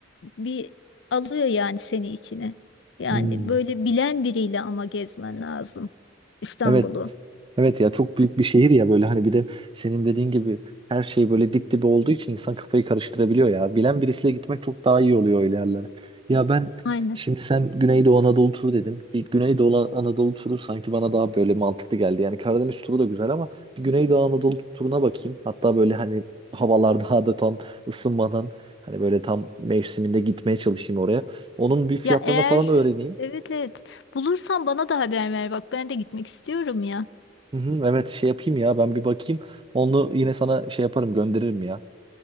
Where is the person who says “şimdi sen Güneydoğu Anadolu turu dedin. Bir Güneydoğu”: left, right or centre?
Right